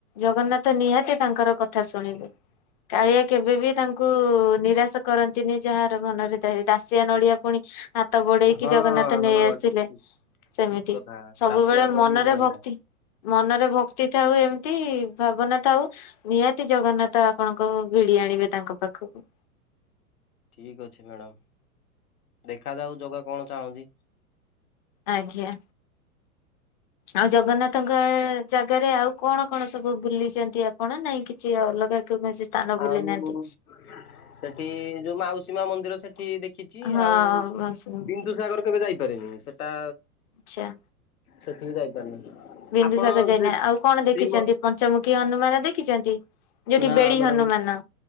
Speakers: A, on the left; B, on the left.
A: ଜଗନ୍ନାଥ ନିହାତି ତାଙ୍କର କଥା ଶୁଣିବେ। କାଳିଆ କେବେବି ତାଙ୍କୁ ନିରାଶ କରନ୍ତିନି ଯାହାର ମନରେ ଧ ଦାସିଆ ନଡିଆ ପୁଣି ହାତ ବୋଡେଇକି
B: ହଁ
A: ଜଗନ୍ନାଥ
B: ହଁ
A: ନେଇ ଆସିଲେ
B: ଠିକ ଠିକ।
A: ସେମିତି
B: ଠିକ କଥା
A: ସବୁବେଳେ
B: ଦାସିଆ ବାଉରି
A: ମନରେ
B: ବଢିଆ
A: ଭକ୍ତି ମନରେ ଭକ୍ତି ଥାଉ ଏମିତି ଭାବନା ଥାଉ। ନିହାତି ଜଗନ୍ନାଥ ଆପଣଙ୍କୁ ଭିଡି ଆଣିବେ ତାଙ୍କ ପାଖକୁ।
B: ଠିକ୍ ଅଛି ମ୍ୟାଡ଼ାମ ଦେଖାଯାଉ ଜଗା କଣ ଚାହୁଁନ୍ତି?
A: ଆଜ୍ଞା। ଆଉ ଜଗନ୍ନାଥଙ୍କ ଜାଗାରେ ଆଉ କଣ କଣ ସବୁ ବୁଲିଛନ୍ତି ଆପଣ ନାଇଁ କିଛି ଅଲଗା କୌଣସି ସ୍ଥାନ ବୁଲି
B: ଆଉ
A: ନାହାନ୍ତି
B: ସେଠି ଯୋଉ ମାଉସୀ ମା ମନ୍ଦିର ସେଠି ଦେଖି ଦେଖିଛି
A: ହଁ
B: ଆଉ
A: ମାଉସୀ ମନ୍ଦିର।
B: ବିନ୍ଦୁସାଗର କେବେ ଯାଇପାରିନି ସେଟା
A: ଆଚ୍ଛା।
B: ସେଠି କୀ ଯାଇପାରିନି।
A: ବିନ୍ଦୁସାଗର
B: ଆପଣ
A: ଯାଇନା
B: ସେ
A: ଆଉ କଣ ଦେଖିଛନ୍ତି
B: ରିମୋ
A: ପଞ୍ଚମୁଖୀ ହନୁମାନ ଦେଖିଛନ୍ତି? ଯୋଉଠି
B: ନା
A: ବେଡି
B: ମ୍ୟାଡାମ
A: ହନୁମାନ